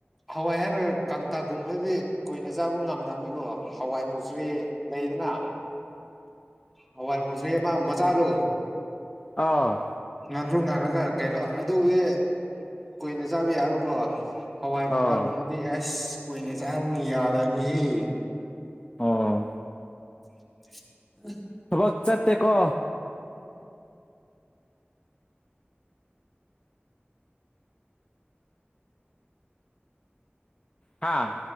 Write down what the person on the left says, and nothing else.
<inaudible>
ꯑꯥꯎ
ꯑꯣ
ꯑꯣ
ꯊꯕꯛ ꯆꯠꯇꯦꯀꯣ ꯍꯥꯥ